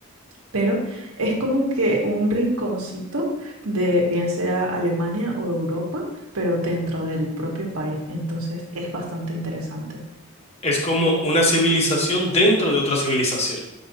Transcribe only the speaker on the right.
Pero es como que un rinconcito de bien sea Alemania o Europa pero dentro del propio país, entonces es bastante interesante.